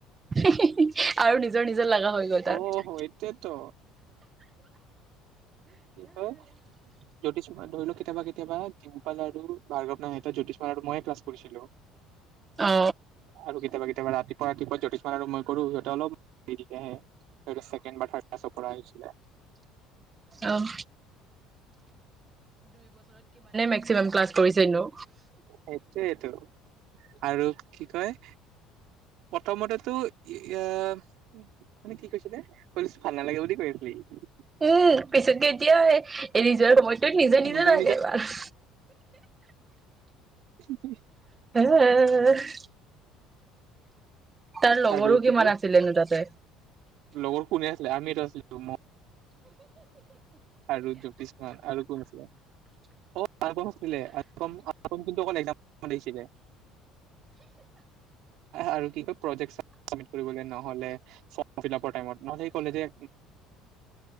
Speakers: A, on the right; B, on the right.
A: হে হে আৰু নিজৰ নিজৰ লগা হৈ গল তাত
B: অ', এইটোৱেতো কি হয় জ্যোতিষময় ধৰি লওক কেতিয়াবা কেতিয়াবা দিমপল আৰু ভাৰ্গৱ নাহে। ত জ্যোতি মইয়ে ক্লাছ কৰিছিলো।
A: অ
B: আৰু কেতিয়াবা ক- কেতিয়াবা ৰাতিপুৱা ৰাতিপুৱা জ্যোতিস্মান আৰু মই কৰো সিহঁতে অলপ দেৰিকে আহে, ধৰিল ছেকেণ্ড বা থাৰ্ড ক্লাছ পৰা হৈছিলে
A: আহ মেক্সিমাম ক্লাছ কৰিছেনো
B: সেইটোৱেইটো, আৰু কি কয়? প্ৰথমতেতো এ মানে কি কৈছিলে? কলেছ ভাল নালাগে বুলি কৈছিলি ই
A: উম পিছত কেতিয়া এই নিজৰ সময়টোত নিজে নিজে
B: নিজৰ
A: যায়গে বাল
B: হি <unintelligible>
A: উ <unintelligible> তাৰ লগৰো
B: আৰু কি
A: কিমান
B: কয়
A: আছিলেনো তাতে?
B: লগৰ কোনে আছিলে? আমিতো আছিলো। মই আৰু জ্যোতিস্মান আৰু কোন আছিলে? <unintelligible> অ আল আছিলে কি অছিলে আৰু কি কয় প্ৰজেক্ট চাবমিট্ কৰিবলৈ নহ'লে, ফ্ৰমফিলাপৰ টাইমত নহ'লে কলেযে